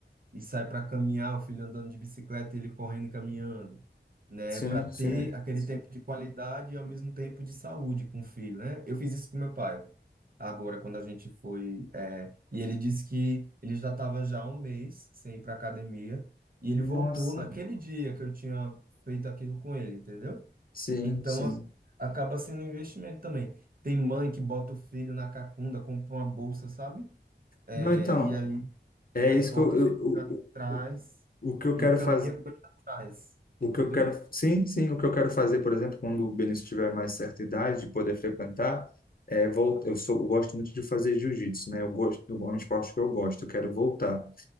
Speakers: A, on the right; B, on the left.
A: e sai para caminhar, o filho andando de bicicleta e ele correndo e caminhando, né?
B: Sim,
A: Para ter
B: sim.
A: aquele tempo de qualidade e ao mesmo tempo de saúde com o filho, né? Eu fiz isso com meu pai. Agora, quando a gente foi, é, e ele disse que ele já estava já há um mês sem ir para academia e ele voltou
B: Nossa,
A: naquele dia que eu tinha feito aquilo com ele, entendeu?
B: sim,
A: Então,
B: sim.
A: a- acaba sendo um investimento também. Tem mãe que bota o filho na cacunda, compra uma bolsa, sabe? É,
B: Não, então,
A: e aí
B: é
A: Aí
B: isso
A: bota
B: que eu, eu-
A: o fio
B: o,
A: pra trás
B: o, o o que eu
A: e
B: quero
A: caminha
B: fazer,
A: com ele atrás,
B: o
A: entendeu?
B: que eu quero, sim, sim, o que eu quero fazer, por exemplo, quando o Benício tiver mais certa idade de poder frequentar, é vol- eu sou, eu gosto muito de fazer jiu-jitsu, né? Eu gosto, é um esporte que eu gosto, eu quero voltar.